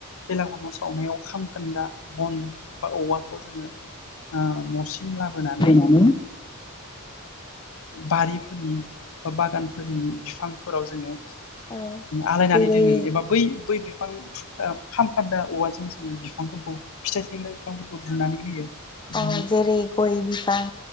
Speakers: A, on the left; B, on the left.
A: बेलागर नस सावनायाव खाम खोन्दा बन एबा औवाखौ जोंङो न' सिम लाबोनानै
B: फैनानै
A: बारिफोर नि बा बागानफोरनि बिफांफोराव जोंङो
B: औ
A: आलायनानै
B: जेरै
A: दोनो एबा बै-बै फां थुख्रा खामखोन्दा औवा जों जोंङो बिफां फोरखौ फिथाइ थायग्रा बिफां फोरखौ बुनानै होयो।
B: औ
A: बुयो
B: जेरै गय बिफां